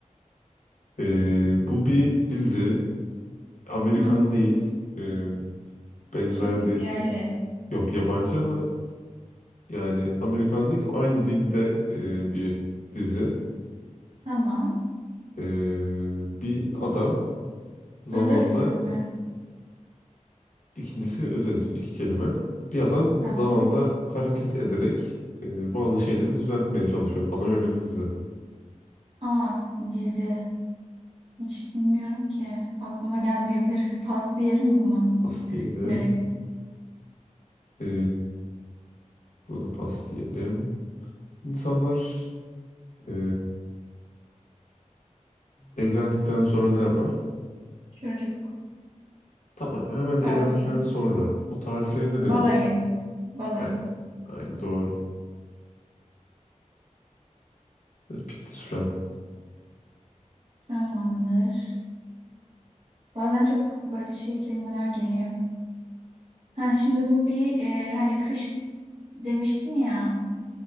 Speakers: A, on the left; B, on the right.
A: Ee, bu bir dizi. Amerikan
B: Hı hı.
A: değil. Ee, benzer
B: Türk
A: bir
B: yerli.
A: yok yabancı ama Yani Amerikan değil aynı dilde e, bir dizi.
B: Tamam.
A: E, bir adam zamanda
B: Özel isim mi?
A: ikincisi özel isim iki kelime. Bir adam
B: Tamam.
A: zamanda hareket ederek e, bazı şeyleri düzeltmeye çalışıyor falan öyle bir dizi.
B: Aa dizi. Hiç bilmiyorum ki. Aklıma gelmeyebilir. <laughs> Pas diyelim mi buna?
A: Pas diyelim.
B: Direkt
A: E, burada pas diyelim. İnsanlar e, evlendikten sonra ne yapar?
B: çocuk,
A: Tamam hemen
B: tatil,
A: evlendikten sonra o tatile ne denir?
B: balayı, balayı.
A: Aynen, aynen doğru. Evet, Bitti sürem.
B: Tamamdır. Bazen çok böyle şey kelimeler geliyor. Ha şimdi bu bir e, hani kış demiştin ya.